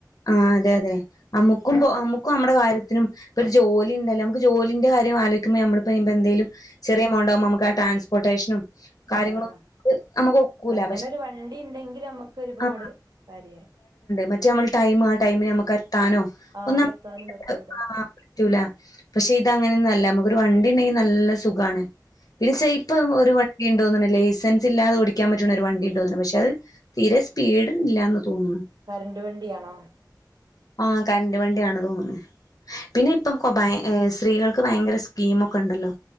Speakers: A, on the left; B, on the right.
A: ആ അതെ അതെ. അമ്മുക്കും അമ്മുക്കും നമ്മടെ കാര്യത്തിനും. ഇപ്പൊ ജോലി ഇണ്ടല്ലൊ. നമുക്ക് ജോലിന്റെ കാര്യ ആലോയ്ക്കുമ്പ നമ്മൾ ഇപ്പം എന്തേലും. ചെറിയ എമൗണ്ടാവുമ്പം നമുക്ക് ആ ട്രൻസ്പോർട്ടേഷനും. കാര്യങ്ങളൊ
B: ആഹ്
A: നമ്മുക്ക് ഒക്കൂല
B: അങ്ങനെ
A: പക്ഷെ
B: ഒരു വണ്ടി ഇണ്ടെങ്കിൽ നമ്മക്ക് ഒരുപാട്
A: ആ
B: കാര്യാ
A: മറ്റെ നമ്മൾ ടൈ ആ ടൈമിന് നമുക്ക് എത്താനോ
B: ആഹ്
A: ഒന്നും
B: അവടെത്താനും
A: <unintelligible>
B: പറ്റൂല
A: ആഹ് പറ്റൂല. പക്ഷെ ഇത അങ്ങനൊന്നും അല്ല. നമ്മുക്കൊരു വണ്ടി ഇണ്ടെങ്കി നല്ല സുഖാണ്. പിന്നെ ഇപ്പൊ ഒരു വണ്ടി ഉണ്ട് തോന്ന്ണ്. ലൈസൻസ് ഇല്ലാതെ ഓടിക്കാൻ പറ്റുന്ന ഒരു വണ്ടിണ്ടോന്ന്ണ്. പക്ഷെ അത് തീരെ സ്പീഡ് ഇല്ലാന്ന തോന്ന്ണ്.
B: കറന്റ് വണ്ടിയാണൊ.
A: ആ കറണ്ട് വണ്ടിയാണ് തോന്ന്ണ്. പിന്നെ ഇപ്പം ഭയ സ്ത്രീകൾക്ക് ഭയങ്കര കീമൊക്കെ ഇണ്ടല്ലോ.